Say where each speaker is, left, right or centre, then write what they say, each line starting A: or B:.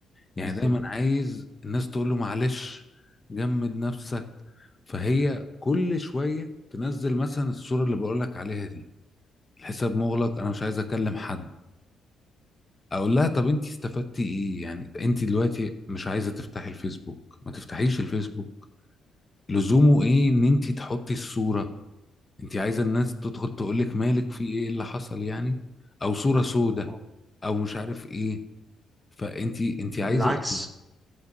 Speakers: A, on the left; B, in the centre.
A: يعني
B: بالظبط
A: دايما عايز الناس تقول له معلش جمد نفسك فهي كل شوية تنزل مثلا الصورة اللي بقولك عليها دي الحساب مغلق انا مش عايز اكلم حد اقول لها طب انت استفدتي ايه يعني انت دلوقتي مش عايزه تفتحي الفيسبوك ما تفتحيش الفيسبوك لزومه ايه ان انت تحطي الصوره انت عايزه الناس تدخل تقول لك مالك في ايه اللي حصل يعني او صوره سودة
B: آه.
A: او مش عارف ايه فانت انت
B: بالعكس
A: عايزه ايه